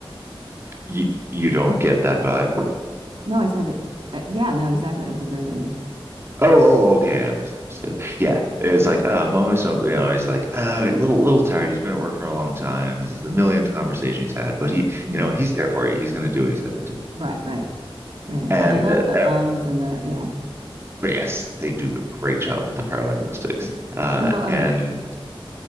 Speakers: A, on the right (about 25°); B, on the right (about 70°).
A: you you don't get that vibe.
B: No, I said it. Uh, yeah, no, exactly. I was agreeing with you.
A: Oh, oh, okay. I misunderstood. Yeah, it was like, uh, I'm almost, you know, he's like, uh, a little, little tired. He's been at work for a long time. This is the millionth conversation he's had, but he,
B: Mhm.
A: you know, he's there for you. He's going to do what he's got to do.
B: Right, right, right.
A: And
B: And I love
A: that,
B: the
A: that,
B: ums and the yeah.
A: but yes, they do a great job with the paralinguistics. Uh,
B: Now, um,
A: and